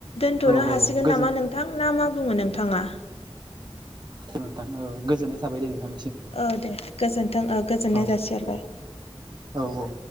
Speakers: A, on the left; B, on the right.
A: दोनथ'नो
B: औ औ
A: हासिगोन
B: गोजोन
A: नामा नोंथां ना मा बुङो नोंथाङा?
B: औ नोंथां औ गोजोन्नाय थाबाय दे नोंथां
A: औ दे गोजोन्थों ओ गोजोननाय
B: औ
A: जासिहरबाय
B: औ औ।